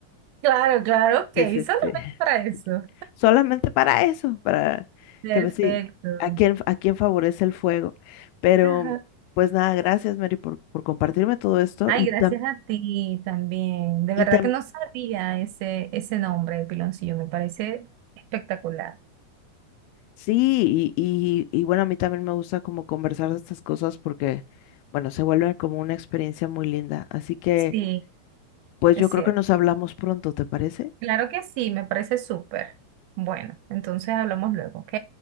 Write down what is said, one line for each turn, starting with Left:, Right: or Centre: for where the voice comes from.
Right: Claro, claro, ok,
Left: Es este,
Right: solamente
Left: <laughs>
Right: para eso.
Left: solamente para eso, para
Right: Perfecto.
Left: que me sí, a quién, a quién favorece el fuego. Pero,
Right: Ajá.
Left: pues nada, gracias, Mary, por, por compartirme todo esto
Right: Ay,
Left: y,
Right: gracias
Left: tam-
Right: a ti también. De
Left: y
Right: verdad
Left: también
Right: que no sabía ese, ese nombre, de piloncillo, me parece espectacular.
Left: Sí, y, y, y bueno, a mí también me gusta como conversar de estas cosas porque, bueno, se vuelven como una experiencia muy linda. Así que,
Right: Sí,
Left: pues
Right: es
Left: yo creo
Right: cierto.
Left: que nos hablamos pronto, ¿te parece?
Right: Claro que sí, me parece súper. Bueno, entonces hablamos luego, ¿ok?